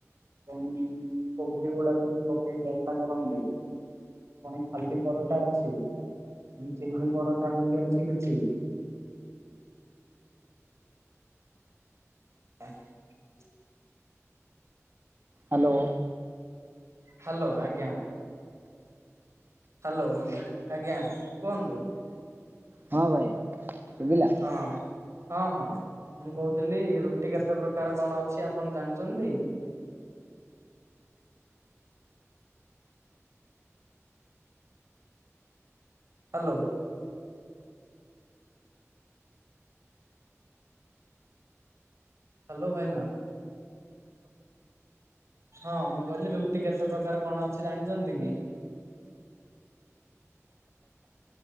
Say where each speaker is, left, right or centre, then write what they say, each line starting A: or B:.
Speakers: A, on the right (about 60°); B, on the right (about 40°).
A: ପୁଣି କୋବି ଗୁଡା ଯୋଉ ପକେଇ ଯନ୍ତା କରନ୍ତି। ପୁଣି ଖାଲି ପରଟା ଅଛି ଚିନି ପରଟା ବୋଲି ଅଛି କିଛି ହ <unintelligible>
B: ହ୍ୟାଲୋ
A: ହ୍ୟାଲୋ ଆଜ୍ଞା ହ୍ୟାଲୋ ହ୍ୟାଲୋ ଆଜ୍ଞା କୁହନ୍ତୁ
B: ହଁ ଭାଇ ଶୁଭିଲା
A: ହଁ ହଁ ହଁ ମୁଁ କହୁଥିଲି ରୁଟି କେତେ ପ୍ରକାର କଣ ଅଛି ଆପଣ ଜାଣିଛନ୍ତି ହ୍ୟାଲୋ ହ୍ୟାଲୋ ଭାଇନା ହଁ ମୁଁ କହିଲି ରୁଟି କେତେ ପ୍ରକାର କଣ ଅଛି ଜାଣିଛନ୍ତି କି